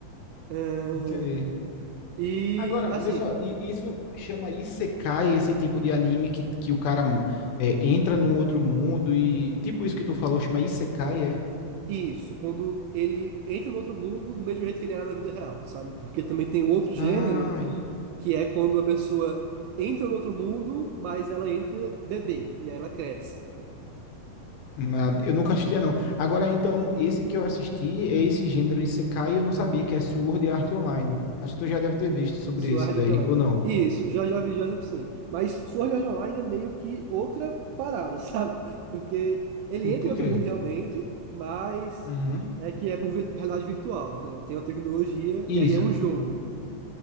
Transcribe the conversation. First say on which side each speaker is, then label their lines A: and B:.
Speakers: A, on the right (about 80°); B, on the left (about 75°).
A: É,
B: entendi.
A: E
B: Agora,
A: assim,
B: vê só, i- isso chama Isekai, esse tipo de anime que, que o cara é, entra no outro mundo e tipo isso que tu falou, chama Isekai, é?
A: isso, quando ele entra no outro mundo do mesmo jeito que ele era na vida real, sabe? Porque também tem um outro gênero,
B: Ai,
A: que é quando a pessoa entra no outro mundo, mas ela entra bebê, e aí ela cresce.
B: nada. Eu nunca assistia, não. Agora, então, esse que eu assisti é esse gênero Isekai, eu não sabia que é Sword Art Online. Acho que tu já deve ter visto sobre
A: Sword
B: esse daí,
A: Art Online.
B: ou não?
A: Isso, já já vi, já sim. Mas Sword Art Online é meio que outra parada, <laughs> sabe? Porque ele
B: Hum,
A: entra
B: Por
A: em outro
B: quê?
A: mundo realmente, mas
B: Uhum.
A: é que é por vi- realidade virtual, né? Tem uma tecnologia e
B: Isso.
A: aí é um jogo.